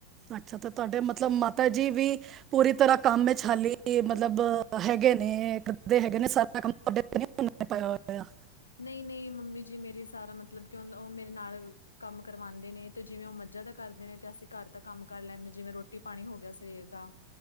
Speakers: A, on the right (about 30°); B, on the left (about 75°).
A: ਅੱਛਾ ਤੇ ਤੁਹਾਡੇ ਮਤਲਬ ਮਾਤਾ ਜੀ ਵੀ ਪੂਰੀ ਤਰ੍ਹਾਂ ਕੰਮ ਵਿੱਚ ਹਾਲੀ ਮਤਲਬ ਹੈਗੇ ਨੇ, ਕਰਦੇ ਹੈਗੇ ਨੇ ਸਾਰਾ ਕੰਮ ਤੁਹਾਡੇ 'ਤੇ ਨਹੀਂ ਪਾਇਆ ਹੋਇਆ।
B: ਨਹੀਂ, ਨਹੀਂ ਮੰਮੀ ਜੀ ਮੇਰੀ ਸਾਰਾ ਮਤਲਬ ਕਿ, ਉਹ ਮੇਰੇ ਨਾਲ ਕੰਮ ਕਰਵਾਉਂਦੇ ਨੇ, ਤੇ ਜਿਵੇਂ ਉਹ ਮੱਝਾ ਦਾ ਕਰਦੇ ਨੇ ਤੇ, ਅਸੀਂ ਘਰ ਦਾ ਕੰਮ ਕਰ ਲੈਂਦੇ ਜਿਵੇਂ ਰੋਟੀ ਰੋਟੀ ਪਾਣੀ ਹੋ ਗਿਆ। ਸਵੇਰ ਦਾ